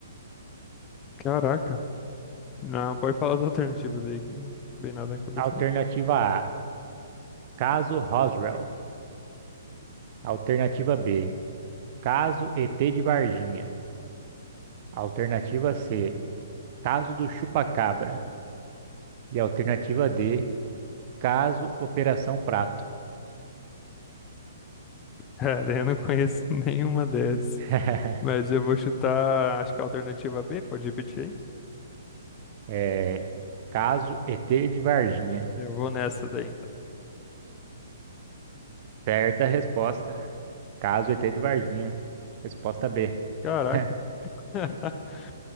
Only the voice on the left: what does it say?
Caraca. Não, pode falar as alternativas aí, que não vem nada na cabeça,
não.
<laughs> Cara, eu não conheço nenhuma dessas.
Mas eu vou chutar, acho que a alternativa B, pode repetir
aí? Eu vou nessa daí, então.
Caraca,
<laughs>